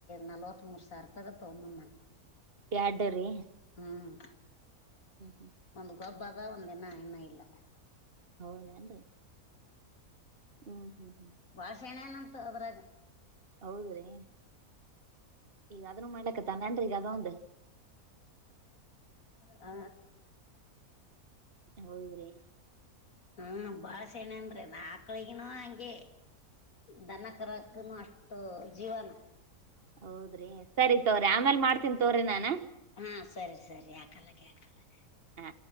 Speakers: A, on the left; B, on the right.
A: ನಲ್ವತ್ ಮೂರು ಸಾವಿರ ರೂಪಾಯಿ ತಗೊಂಡು ಬಂದ್ನ
B: ಯಡರಿ
A: ಹ್ಮ್
B: ಹ್ಮ್
A: ಒಂದ್ ಗೊಬ್ಬದ ಒಂದ್ ಇನ್ನ ಇನ್ನ ಇಲ್ಲ
B: ಹೌದ ಏನ್ರಿ ಹ್ಮ್ ಹ್ಮ್
A: ಭಾಳ್ ಶಾಣೆನಂತು ಅದ್ರಾಗ
B: ಹೌದ್ರೀ ಈಗ ಅದನ್ನು ಮಾಡಕಾತಾನೆನ್ರಿ ಅದು ಒಂದು
A: ಹ
B: ಹೌದ್ರಿ
A: ಹ್ಮ್ ಬಾಳಶಾಣೆ ಅಂದ್ರೆ ಆಕ್ಲನಿಗು ಹಂಗೆ ದನಕರಕ್ಕನು ಅಷ್ಟು ಜೀವನ
B: ಹೌದ್ರಿ ಸರಿ ತೋಕೋರಿ ಆಮೇಲ್ ಮಾಡ್ತೀನಿ ತೋಕೋರಿ ನಾನು
A: ಹಾ ಸರಿ ಸರಿ ಯಾಕಲಕ್ಕ ಯಾಕಲ್ಲಕ್ಕ
B: ಹ್ಮ